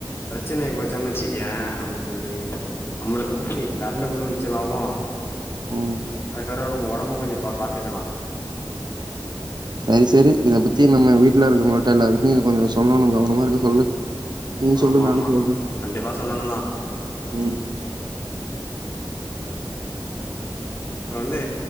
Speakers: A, on the left (about 30°); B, on the right (about 60°).
A: பிரச்சனய கொறச்சம்னு வெச்சுகியே நம்மள்க்கு வந்து நம்மளுக்கு வந்து கரண்டு பில்லு மிச்சமாகு
B: ம்.
A: அதுக்கப்பறோ நம்ம ஒடம்ப கொஞ்சோ ப பாத்துக்கலா
B: செரி செரி இத பத்தி நம்ம வீட்ல இருக்கவங்கள்ட எல்லாருக்கு கொஞ்சோ சொல்லணு கவனமா இருக்க சொல்லு நீயும்
A: ஆம
B: சொல்லு,
A: ஆமா
B: நானும் சொல்றேன்.
A: கண்டிப்பா சொல்லணு தா
B: ம்.
A: இப்ப வந்து